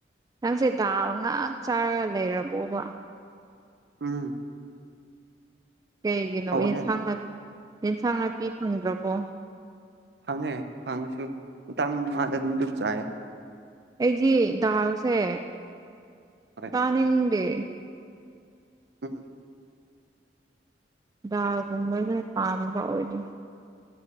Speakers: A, on the right; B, on the right.
A: ꯅꯪꯁꯦ ꯗꯥꯜ ꯉꯥꯛ ꯆꯥꯔꯒ ꯂꯩꯔꯕꯣꯕ
B: ꯎꯝ
A: ꯀꯩꯒꯤꯅꯣ
B: ꯍꯧꯕꯅꯦ
A: ꯌꯦꯟꯁꯥꯡ ꯅꯥ ꯌꯦꯟꯁꯥꯡ ꯅꯥꯄꯤ ꯐꯪꯗ꯭ꯔꯕꯣ
B: ꯐꯪꯉꯦ ꯐꯪꯉꯁꯨ ꯃꯇꯝ ꯃꯥꯗ ꯑꯗꯨꯝ ꯑꯗꯨꯝ ꯆꯥꯏꯌꯦ
A: ꯑꯩꯗꯤ ꯗꯥꯜꯁꯦ
B: ꯍꯣꯏ
A: ꯇꯥꯅꯤꯡꯗꯦ
B: ꯎꯝ
A: ꯗꯥꯒꯨꯝꯕꯁꯦ ꯄꯥꯝꯕ ꯑꯣꯏꯗꯤ